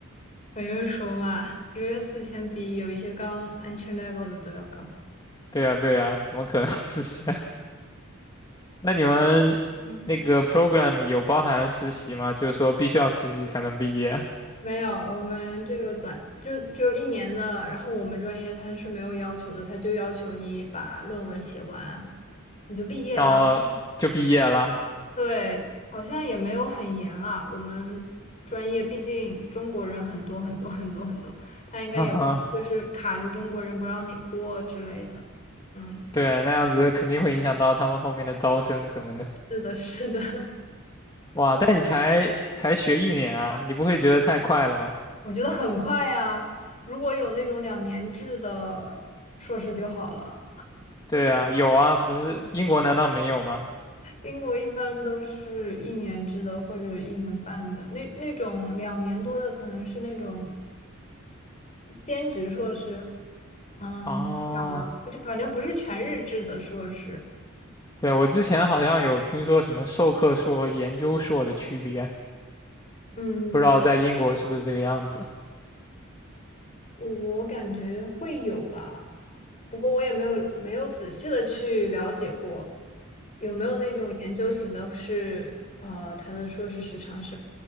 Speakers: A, on the left; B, on the left.
A: 我就说嘛，一个月四千比有一些刚 entry level 的都要高。
B: 对呀对呀，怎么可能四千？那你们那个
A: 嗯，
B: program 里有包含实习吗？就是说必须要实习才能毕业，
A: 没有，我们这个短就只有一年的，然后我们专业它是没有要求的，它就要求你把论文写完，你就毕业啦。
B: 然后就毕业了。
A: 对，好像也没有很严啊。我们专业毕竟中国人很多很多很多很多，他应该也不就是卡着中国人不让你过之类的。
B: <laughs> 哈哈，
A: 嗯，
B: 对，那样子肯定会影响到他们后面的招生什么的。
A: 是的，是的，<laughs>
B: 哇，但你才才学一年啊，你不会觉得太快了吗？
A: 我觉得很快呀。如果有那种两年制的硕士就好了。
B: 对啊，有啊，不是英国难道没有吗？
A: 英国一般都是一年制的或者一年半的，那那种两年多的可能是那种。兼职硕士，嗯，
B: 哦，
A: 怎么讲呢就反正不是全日制的硕士。
B: 对，我之前好像有听说什么授课硕和研究硕的区别，
A: 嗯，
B: 不知道在英国是不是这个样子。
A: 我感觉会有吧，不过我也没有没有仔细的去了解过，有没有那种研究型的是，呃，他的硕士时长是